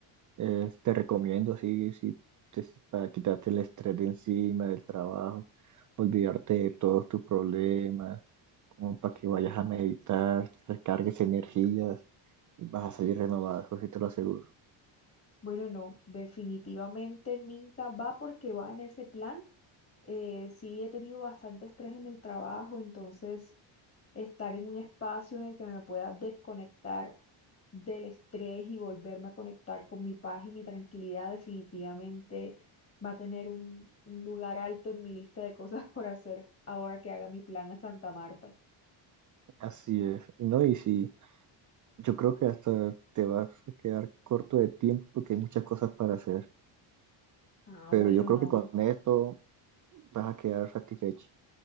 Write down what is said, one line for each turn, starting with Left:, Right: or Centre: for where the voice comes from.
Right: Eh, te recomiendo, sí, sí, te- sí, para quitarte el estrés de encima del trabajo, olvidarte de todos tus problemas, como para que vayas a meditar, recargues energías y vas a salir renovado, eso sí te lo aseguro.
Left: Bueno, no, definitivamente Minca va porque va en ese plan. Eh, sí, he tenido bastante estrés en el trabajo, entonces estar en un espacio en el que me pueda desconectar del estrés y volverme a conectar con mi paz y mi tranquilidad definitivamente va a tener un, un lugar alto en mi lista de cosas <laughs> por hacer ahora que haga mi plan a Santa Marta.
Right: Así es. Y No, y sí, yo creo que hasta te vas a quedar corto de tiempo porque hay muchas cosas para hacer,
Left: Ah,
Right: pero
Left: bueno,
Right: yo creo
Left: no.
Right: que con esto vas a quedar satisfecho.